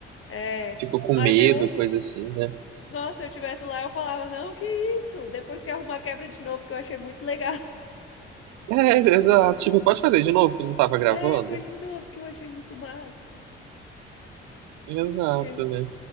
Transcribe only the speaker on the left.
É,
mas
eu.
Nossa, se eu tivesse lá, eu falava, não, que isso? Depois que arrumar quebra de novo, que eu achei muito legal. <laughs>
É, foi de novo, que eu achei muito massa.
É.